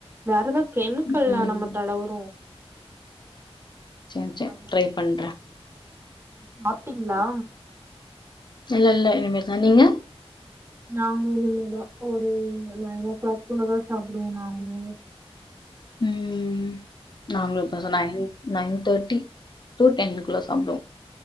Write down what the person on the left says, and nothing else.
ம்.
சரி, சரி.
ட்ரை பண்றேன்.
இல்லல்ல இனிமே தா நீங்க
ம் நாங்களு பெசலாயி நைன் தேர்ட்டி டூ டென்னுக்குள்ள சாப்பிடுவோ